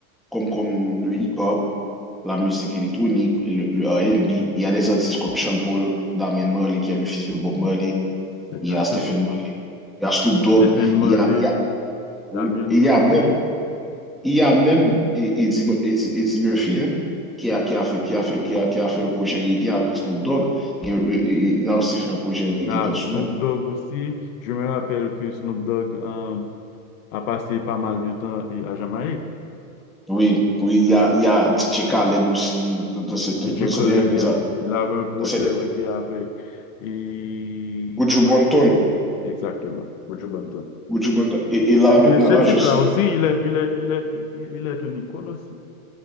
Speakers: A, in the centre; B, on the left.
A: comme, comme le hip-hop, la musique électronique, le, le R&B. Il y a des artistes comme Sean Paul, Damien Marley, qui est le fils de Bob Marley.
B: Exactement.
A: Il y a Stephen Marley, il y a Snoop Dogg.
B: Stephen Marley,
A: Il y a, il y a- oui.
B: Damien
A: Et
B: Marley,
A: il y a même, il y a même E- Eddie, Eddie- Eddie Murphy, hein, qui a, qui a fait, qui a fait, qui a, qui a fait un projet reggae avec Snoop Dogg. Et, et- et il a aussi fait un projet reggae
B: il y a
A: personnel.
B: Snoop Dogg aussi. Je me rappelle que Snoop Dogg euh, a passé pas mal de temps et- à Jamaïque.
A: Oui, oui, il y a, il y a DJ Khaled aussi, de, de,
B: DJ
A: de, de ces
B: Khaled,
A: derniers
B: yeah. il avait un projet
A: dans cette
B: reggae avec. Et
A: Gucci
B: comment
A: Bonton,
B: il s'appelle? Exactement, Buju Banton.
A: Gucci Bonton. Et, et là,
B: Et
A: maintenant,
B: ce
A: là,
B: type-là
A: je sens
B: aussi,
A: que
B: il est, il est, il est, il il est une icône aussi.